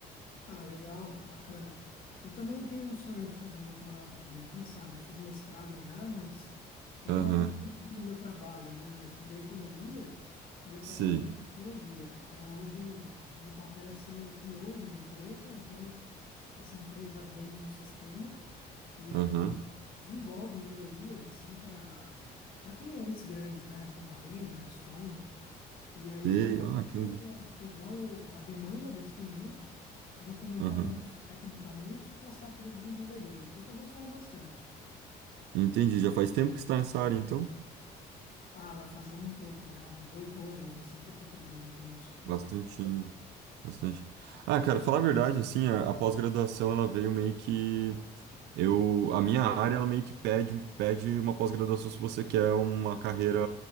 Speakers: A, on the left; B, on the right.
A: Ah, legal, bacana. Eu também tenho um sonho de fazer um doutorado um dia, quem sabe? Eu fiz mestrado já, mas eu
B: Aham,
A: não aplico muito no meu trabalho, né? Eu estudei economia e eu
B: sei,
A: trabalho com tecnologia. Até hoje, o meu papel é ser PO de uma empresa, então essa empresa vende um sistema. e a
B: aham,
A: gente desenvolve melhorias assim para para clientes grandes, né, como a Renner, a Stone. E aí
B: sei,
A: o meu papel
B: ah, que legal.
A: é pegar o, a demanda desse cliente, documentar
B: Aham,
A: isso tecnicamente e passar para os desenvolvedores. Eu estou gostando bastante.
B: entendi. Já faz tempo que você está nessa área, então?
A: Ah, vai fazer um tempo já, uns oito anos assim que eu estou trabalhando com isso. viu?
B: Bastante, bastante. Ah, cara, falar a verdade, assim, a, a pós-graduação ela veio meio que eu, a minha área, ela meio que pede, pede uma pós-graduação se você quer uma carreira